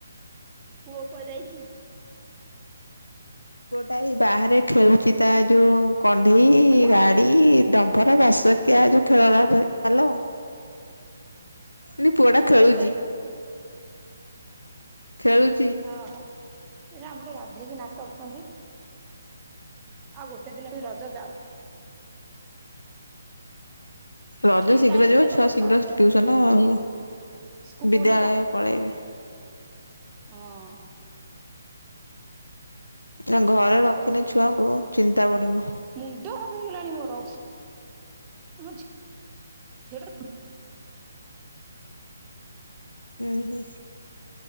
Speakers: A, on the right; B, on the left.
A: ପୁଅ କୁଆ ଯାଇଛି?
B: ପୁଅଟା ଏଇ ବାହାରେ ଖେଳୁଛି ତା ଯୋଉ କଣ୍ଢେଇ
A: ହ୍ୟାଲୋ
B: ଗାଡି ଏଇ ଡମ୍ଫର ଦସଚକିଆ ଯୋଉ ଖେଳନା ଧରି ହାଲୋ ମୁଁ କହିଲି ପୁଆଟା
A: ପୁଅ
B: ଖେଳୁଛି।
A: କୁଆଡେ
B: ଖେଳୁଛି।
A: ଓଃ ହ ଏଇଟା ଆମ ଟେ ଗାଧେଇକି ନାଟ କୁଚନ୍ତି। ଆଉ ଗୋଟେ ଦିନ ରେ ରଜ ଯାଉ। ତ
B: ରଜ
A: ଠିକ
B: ଶୀଘ୍ର
A: ଟାଇମ
B: ଯିବ
A: ରେ ତ
B: ଛୁଆ
A: ବର୍ଷା
B: ଶୀଘ୍ର
A: ହଉଛି।
B: ଟ୍ୟୁସନ ଆଉ
A: ହୁଁ ସ୍କୁଲ
B: ବିଦ୍ୟାଳୟ
A: ଯାଆନ୍ତୁ
B: ପଳେଇବେ।
A: ହଁ।
B: ହୁଁ, ଘରେ
A: କଣ କରିବା
B: ରଖିଲେ
A: ଆଉ
B: ଛୁଆଙ୍କୁ ଚିନ୍ତା ବଢିବ।
A: ମୁଣ୍ଡ ଖରାପ ହେଇଗଲାଣି ମୋର ଆମ <unintelligible>
B: ହୁଁ ହୁଁ